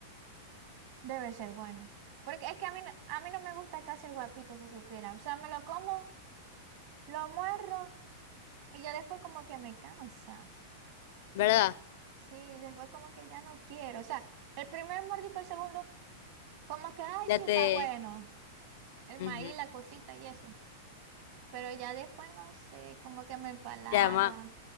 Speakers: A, on the right; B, on the left.
A: debe ser bueno. Porque es que a mí, no- a mí no me gusta casi el guapito, si supiera. O sea, me lo como, lo muerdo y ya después como que me cansa.
B: ¿verdad?
A: Sí, después como que ya no quiero. O sea, el primer mordisco, el segundo, como que, ay,
B: Ya
A: sí,
B: te,
A: está bueno. El maíz,
B: ujú,
A: la cosita y eso. pero ya después no sé, como que me empalaga.
B: Ya más,